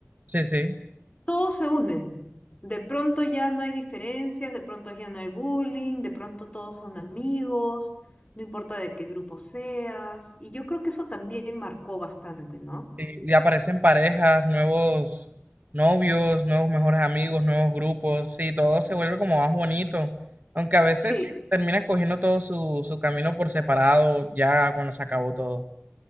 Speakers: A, on the right; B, on the left.
A: sí, sí.
B: todos se unen. De pronto ya no hay diferencias, de pronto ya no hay bullying, de pronto todos son amigos, no importa de qué grupo seas. Y yo creo que eso también marcó bastante, ¿no?
A: Sí, Y aparecen parejas, nuevos novios, nuevos mejores amigos, nuevos grupos, sí, todo se vuelve como más bonito, aunque a veces
B: Sí,
A: termina cogiendo todo su, su camino por separado ya cuando se acabó todo.